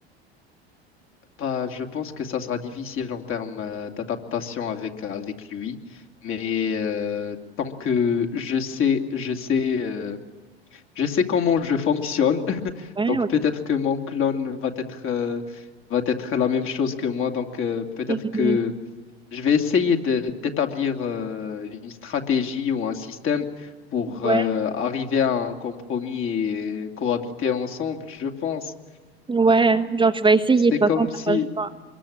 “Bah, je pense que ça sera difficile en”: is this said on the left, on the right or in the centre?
Left